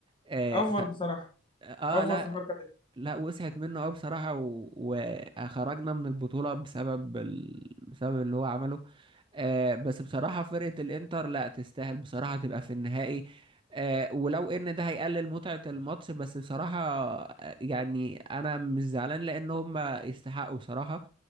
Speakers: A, on the right; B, on the left.
A: آه
B: أفور
A: ف...
B: بصراحة
A: اه
B: أفور
A: لا
B: في الحركة دي
A: لا وسعت منه قوي بصراحة و... وخرجنا من البطولة بسبب ال... بسبب اللي هو عمله آه بس بصراحة فرقة الإنتر لا تستاهل بصراحة تبقى في النهائي آه ولو إن ده هيقلل متعة الماتش بس بصراحة آه، يعني أنا مش زعلان لأن هم يستحقوا بصراحة